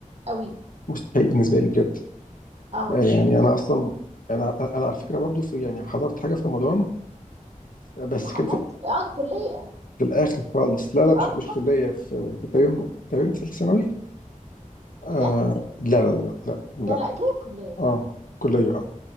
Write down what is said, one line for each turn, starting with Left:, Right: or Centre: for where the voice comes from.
Right: قوي
Left: مستحيل بالنسبة لي بجد
Right: اه
Left: آه، يعني أنا أصلا أنا أنا على فكرة برضو في يعني حضرت حاجة في رمضان آه، بس
Right: امتحانات
Left: كان في, ال-
Right: اه الكليه
Left: في الآخر خالص لا لا مش
Right: اه
Left: مش في كلية في في تقريبا تقريبا في تالت ثانوي آه
Right: بجد
Left: لا لا لا لا لا لا.
Right: لا لا اكيد الكليه
Left: اه كلية اه